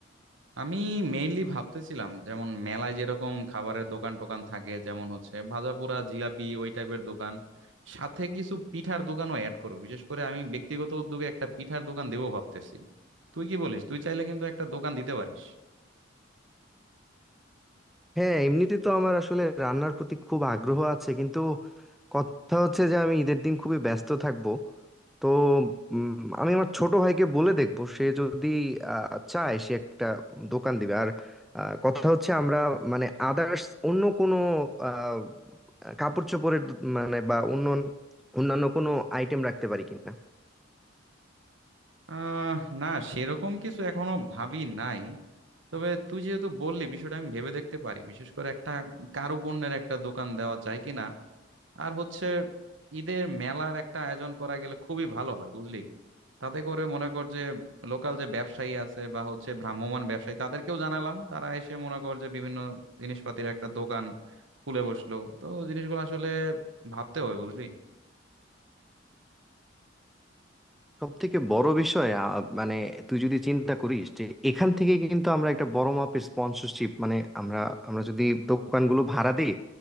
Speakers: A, on the right; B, in the centre.
A: আমি মেইনলি ভাবতেছিলাম যেমন মেলায় যেরকম খাবারের দোকান টোকান থাকে যেমন হচ্ছে ভাজাপোড়া জিলাপি ওই টাইপের দোকান সাথে কিছু পিঠার দোকানও অ্যাড করো বিশেষ করে আমি ব্যক্তিগত উদ্যোগে একটা পিঠার দোকান দেবো ভাবতেছি তুই কি বলিস তুই চাইলে কিন্তু একটা দোকান দিতে পারিস
B: হ্যাঁ এমনিতে তো আমার আসলে রান্নার প্রতি খুব আগ্রহ আছে কিন্তু কথা হচ্ছে যে আমি ঈদের দিন খুবই ব্যস্ত থাকবো তো উম, আমি আমার ছোট ভাইকে বলে দেখবো সে যদি আহ, চায় সে একটা দোকান দিবে আর আহ, কথা হচ্ছে আমরা মানে আদার্স অন্য কোনো আহ, কাপড় চোপড়ের দু- মানে বা অন্য অন্যান্য কোনো আইটেম রাখতে পারি কিনা
A: আহ না সেরকম কিছু এখনো ভাবি নাই তবে তুই যেহেতু বললি বিষয়টা আমি ভেবে দেখতে পারি বিশেষ করে একটা কারুপণ্যের একটা দোকান দেওয়া যায় কিনা আর হচ্ছে ঈদের মেলার একটা আয়োজন করা গেলে খুবই ভালো হয় বুঝলি তাতে করে মনে কর যে লোকাল যে ব্যবসায়ী আছে বা হচ্ছে ভ্রাম্যমাণ ব্যবসায়ী তাদেরকেও জানালাম তারা এসে মনে কর যে বিভিন্ন জিনিসপাতির একটা দোকান খুলে বসলো তো জিনিসগুলো আসলে ভাবতে হয় বুঝলি
B: সব থেকে বড় বিষয় আ, মানে তুই যদি চিন্তা করিস যে এখান থেকে কিন্তু আমরা একটা বড় মাপের স্পন্সরশিপ মানে আমরা আমরা যদি দোকানগুলো ভাড়া দিই